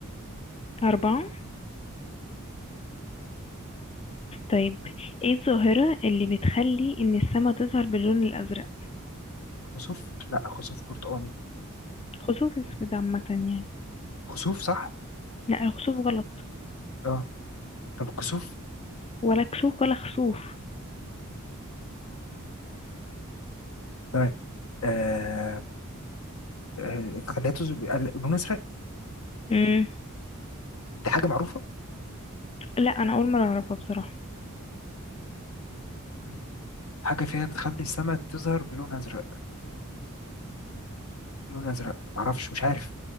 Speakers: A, on the left (about 25°); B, on the left (about 75°).
A: أربعة طيب ايه الظاهرة اللي بتخلي إن السما تظهر باللون الأزرق
B: خسوف لا خسوف برتقاني
A: خسوف أسود عامة يعني
B: خسوف صح
A: لا الخسوف غلط
B: اه طب الكسوف
A: ولا كسوف ولا خسوف
B: طيب آه آه، خليته ز- بقى لون ازرق
A: <laughs> امم
B: دي حاجه معروفه
A: لا أنا أول مرة أعرفها بصراحة
B: مم. حاجه فيها بتخلي السماء تظهر بلون ازرق لون ازرق معرفش مش عارف